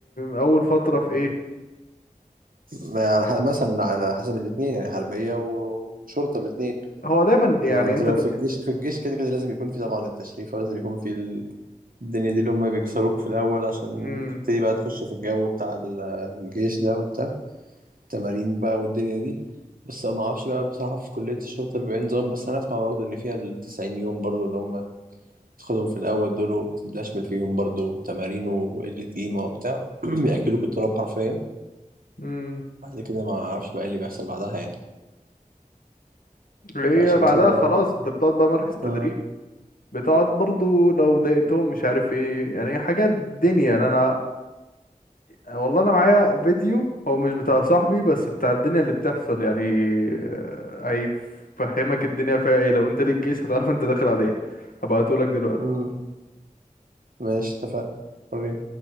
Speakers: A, on the left; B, on the right.
A: اول فترة في ايه
B: ما- يعني ح- مثلا على حسب الاثنين يعني حربية وشرطة الاثنين
A: هو دايما يعني
B: لو انت
A: انت
B: لو
A: د...
B: في الجيش في الجيش كده كده لازم يكون في طبعا التشريف ولازم يكون في ال- الدنيا دي اللي هم بيكسروك في الأول عشان
A: مم.
B: بتبتدي بقى تخش في الجو بتاع ال- الجيش ده وبتاع التمارين بقى والدنيا دي بس ما اعرفش بقى بصراحة في كلية الشرطة بيبقى إيه نظام بس انا اسمع برضه ان فيها التسعين يوم برضه اللي هم تاخدهم في الأول دول وبتدشمل فيهم برضه تمارين وقلة قيمة وبتاع <clears throat> بيأكلوك التراب حرفيا
A: مم.
B: بعد كده ما اعرفش بقى إيه اللي بيحصل بعدها يعني.
A: هي
B: فعشان
A: بعدها
B: كده
A: خلاص انت بتقعد بقى مركز تدريب
B: اه
A: بتقعد برضو لو ضايقتهم مش عارف ايه يعني حاجات دنيا يعني انا والله انا معايا فيديو هو مش بتاع صاحبي بس بتاع الدنيا اللي بتحصل يعني آه، هيفهمك الدنيا فيها ايه لو انت ليك جيش هتعرف انت داخل عليه هبعتهولك دلوقتي
B: امم ماشي اتفقنا وريني